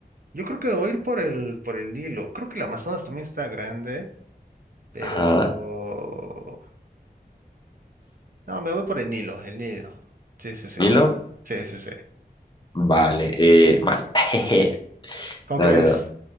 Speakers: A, on the right; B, on the left.
A: Yo creo que voy a ir por el, por el Nilo. Creo que el Amazonas también está grande, pero...
B: Ajá.
A: No, me voy por el Nilo, el Nilo. Sí, sí, sí.
B: Nilo,
A: Sí, sí, sí.
B: vale, eh, mal. <laughs> Jeje.
A: ¿Cómo
B: No,
A: crees?
B: no, no.